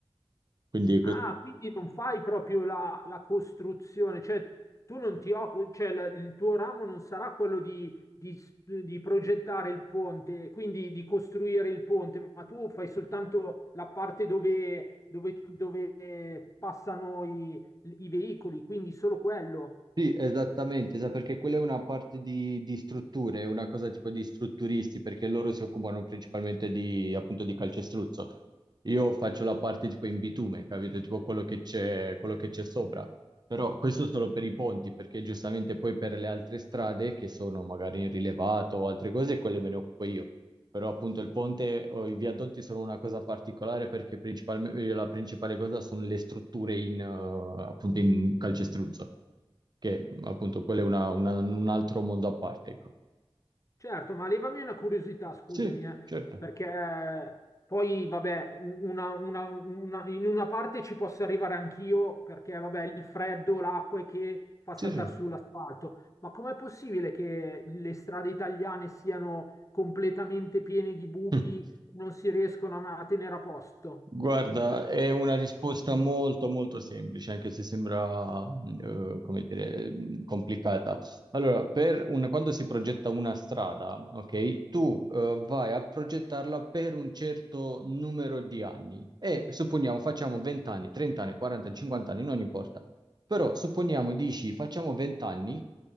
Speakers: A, on the right; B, on the left.
A: quindi
B: Ah, quindi non fai proprio la, la costruzione, cioè tu non ti occupi, cioè la- il tuo ramo non sarà quello di, di s- di progettare il ponte, quindi di costruire il ponte, ma tu fai soltanto la parte dove, dove- dove passano i, i veicoli, quindi solo quello.
A: Sì, esattamente, sa- perché quella è una parte di, di strutture, è una cosa tipo di strutturisti, perché loro si occupano principalmente di, appunto, di calcestruzzo. Io faccio la parte tipo in bitume, capito? Tipo quello che c'è quello che c'è sopra. Però questo solo per i ponti, perché giustamente poi per le altre strade che sono magari in rilevato o altre cose, quelle me ne occupo io. Però appunto il ponte o i viadotti sono una cosa particolare perché principalmente la principale cosa sono le strutture in, eh, appunto in calcestruzzo, che appunto quello è una- una- un altro mondo a parte, ecco.
B: Certo, ma levami una curiosità, scusami,
A: Sì,
B: eh,
A: certo.
B: perché poi, vabbè, una- una- una- in una parte ci posso arrivare anch'io, perché, vabbè, il freddo, l'acqua è che fa saltare
A: Sì, sì.
B: sull'asfalto, ma com'è possibile che le strade italiane siano completamente piene di buchi,
A: <laughs>
B: non si riescono a a tenere a posto?
A: Guarda, è una risposta molto molto semplice, anche se sembra, eh, come dire, mh, complicata. Allora, per un- quando si progetta una strada, ok, tu, eh, vai a progettarla per un certo numero di anni e supponiamo facciamo 20 anni, 30 anni, 40, 50 anni, non importa. Però supponiamo dici facciamo 20 anni